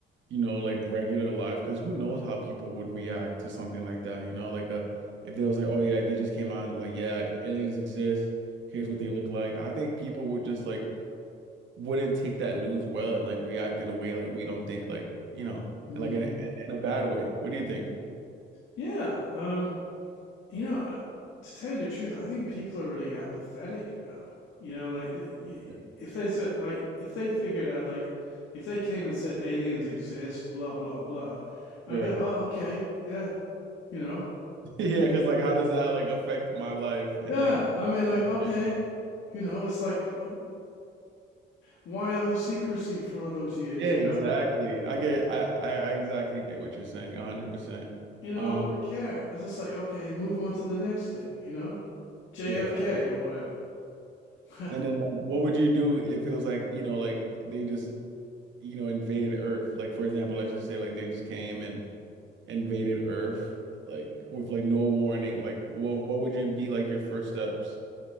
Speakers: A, on the right; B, on the left.
A: you know, like regular life, because who knows how people would react to something like that, you know, like uh if they was like, oh yeah, they just came on, like, yeah, aliens exist, here's what they look like. I think people would just like wouldn't take that news well and like react in a way like we don't think like, you know,
B: Mm.
A: and like in, in in a bad way. What do you think?
B: Yeah. Um, you know, uh, to tell you the truth, I think people are really apathetic now. You know, like the, y-
A: Yeah.
B: if they said, like, if they figured out, like, if they came and said aliens exist, blah, blah, blah, I
A: Right.
B: go, oh,
A: <laughs>
B: okay, yeah, you know,
A: Yeah, because like how does that like affect my life and
B: Yeah,
A: like
B: I mean, like,
A: in
B: okay,
A: my-
B: you know, it's like, o- why all the secrecy for all those years?
A: yeah,
B: You
A: exactly.
B: know,
A: I get I I I exactly get what you're saying, 100%.
B: you know,
A: Um,
B: I wouldn't care. I was just like, okay, move on to the next thing. You know, JFK
A: yeah.
B: or whatever. <laughs>
A: And then like, what would you do if it was like, you know, like they just, you know, invaded Earth? Like for example, let's just say like they just came and invaded Earth like with like no warning. Like what what would you be like your first steps?